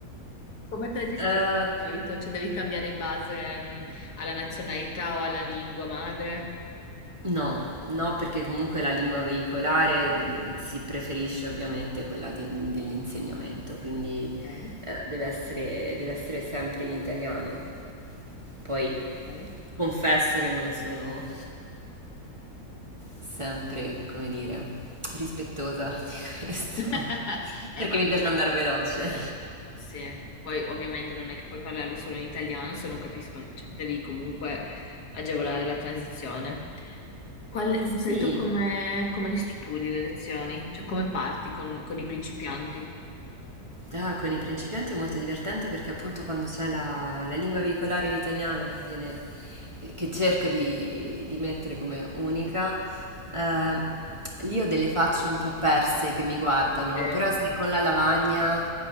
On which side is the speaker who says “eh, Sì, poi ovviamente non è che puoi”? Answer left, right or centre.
Left